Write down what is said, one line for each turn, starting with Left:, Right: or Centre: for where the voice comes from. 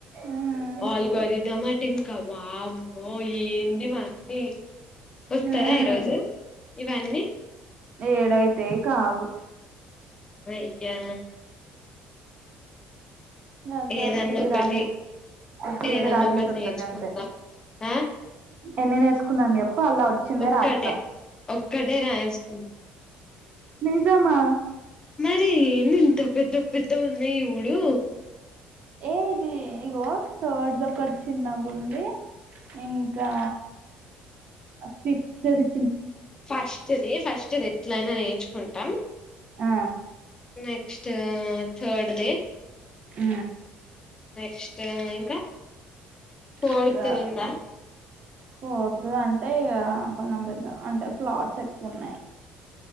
Right: ఉమ్
Left: ఆల్ గారి దం మా టింకా వామ్మో ఏంది ఇవన్నీ వస్తదా
Right: ఉమ్
Left: ఈరోోజు ఇవన్నీ
Right: ఏడైతే కావు
Left: అయ్యా
Right: గంతే
Left: ఏదన్నా
Right: వచ్చింది
Left: ఒకటి
Right: రాశేయ్ వచ్చింది
Left: ఏదన్నా
Right: రాశేసి
Left: ఒకటి
Right: వత్తకి
Left: నేర్చుకుందాం
Right: అంతే
Left: ఆ
Right: ఎన్ని నేసుకుందాం చెప్పు అలా వచ్చిందే
Left: ఒక్కటే
Right: రాత
Left: ఒక్కటే రాయిస్తుంది
Right: నిజమా
Left: మరి ఎంది ఇంత పెద్ద పెద్ద ఉన్నాయి ఒడు
Right: ఏ ఇది ఇగో థాడ్ ది ఒకడ్ చిన్నగా ఉంది ఇంకా ఫిఫ్త్ ది
Left: ఫస్ట్ ది ఫస్ట్ది ఎట్లయినా నేర్చుకుంటాం
Right: ఆ
Left: నెక్స్ట్ థర్డ్ ది
Right: ఉ
Left: నెక్స్ట్ ఇంక ఫోర్త్
Right: ఉమ్
Left: ది ఉందా
Right: ఫోర్త్ అంటే కొంచ పెద్ద అంటే ప్లాట్స్ ఎక్కువ ఉన్నాయి